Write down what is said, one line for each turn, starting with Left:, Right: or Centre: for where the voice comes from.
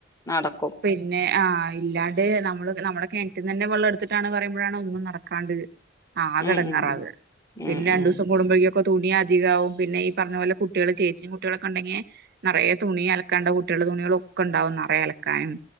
Left: നടക്കും
Right: പിന്നെ ആഹ് ഇല്ലാണ്ട് നമ്മള് നമ്മുടെ കിണറ്റിനന്നെ വെള്ളം എടുത്തിട്ടാണ് പറയ്മ്പോഴാണ് ഒന്നും നടക്കാണ്ടത് ആകെ
Left: ഉം,
Right: ഇടങ്ങാറാകെ
Left: ഉം, ഉം.
Right: പിന്നെ
Left: ഉം,
Right: രണ്ടു
Left: ഉം.
Right: ദിവസം കൂടുമ്പോഴേക്ക ഒക്ക തുണി അധികാവും പിന്നെ ഈ പറഞ്ഞ പോലെ കുട്ടികള് ചേച്ചിയും കുട്ടികളൊക്കെ ഉണ്ടെങ്കിൽ നിറയെ തുണി അലക്കാണ്ടും കുട്ടികളുടെ തുണികള ഒക്കെ ഉണ്ടാവും നിറയ അലക്കാനും